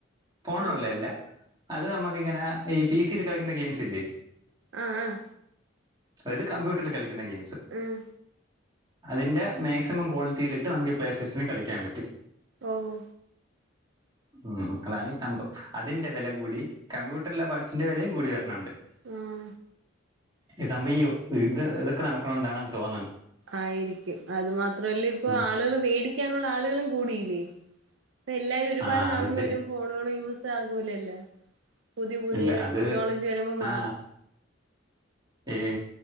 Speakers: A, on the right; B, on the right.
A: ഫോണിലുള്ളേ
B: ആഹ്
A: അല്ല. അത് നമ്മുക്കിങ്ങനെ ഈ പി സി ലൊക്കെ കളിക്കുന്ന ഗെയിംസ് ഇല്ലേ.
B: ആഹ് ആഹ്
A: അതില് കമ്പ്യൂട്ടറിൽ കളിക്കുന്ന ഗെയിംസ്.
B: ഉം
A: അതിന്റെ മാക്സിമം ക്വാളിറ്റിയിലിട്ട് നമുക്ക് പ്ലേ സ്റ്റേഷനിൽ കളിക്കാൻ പറ്റും.
B: ഓഹ്
A: ഉം അതാണി സംഭവം. അതിന്റെ വില കൂടി കമ്പ്യൂട്ടർള്ള പാർട്സിന്റെ വിലയും കൂടി വരണുണ്ട്.
B: ഉം
A: ഈ സംഭവം ഈ യുദ്ധ ഇതൊക്കെ നടക്ക്ണ്ടോണ്ടാണെന്ന് തോന്ന്ണ്.
B: ആയിരിക്കും. അത് മാത്രല്ലേ ഇപ്പൊ
A: ഉം.
B: ആളുകൾ വേടിക്കാനുള്ള ആളുകളും കൂടിയില്ലേ. ഇപ്പ എല്ലാരും ഒരുപാട്
A: ആ
B: നാളൊന്നും
A: അത് ശരി
B: ഒരു ഫോണോണ് യൂസ് ആകൂലല്ല. പുതിയ പുതിയ
A: ഇല്ല അത്
B: ടിക്നോളജി വരുമ്പം മാറും.
A: ആ ഈ